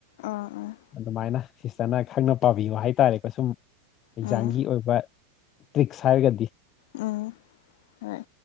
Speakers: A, on the left; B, on the left.
A: ꯑ ꯑ
B: ꯑꯗꯨꯝꯃꯥꯏꯅ ꯁꯤꯁꯇꯔꯅ ꯈꯪꯅ ꯄꯥꯕꯤꯌꫭ ꯍꯥꯏꯇꯥꯔꯦꯀꯣ ꯁꯨꯝ ꯑꯦꯛꯖꯥꯝꯒꯤ
A: ꯎꯝ
B: ꯑꯣꯏꯕ ꯇ꯭ꯔꯤꯛꯁ ꯍꯥꯏꯔꯒꯗꯤ
A: ꯎꯝ ꯍꯣꯏ